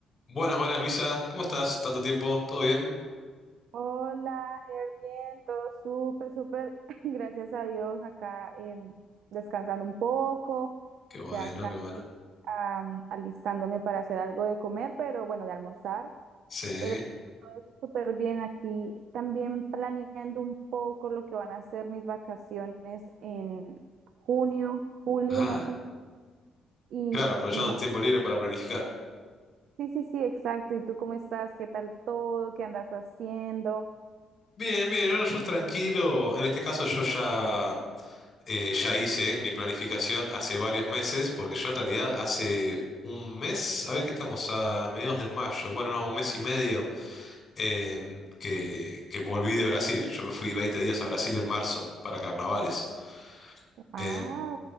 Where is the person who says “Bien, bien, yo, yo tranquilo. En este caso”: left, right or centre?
Left